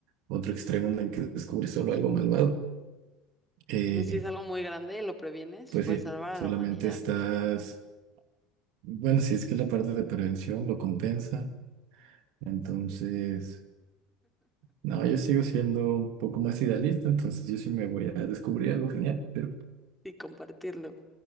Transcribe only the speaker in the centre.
pues si es algo muy grande y lo previenes,
puedes
salvar
a la humanidad
y compartirlo.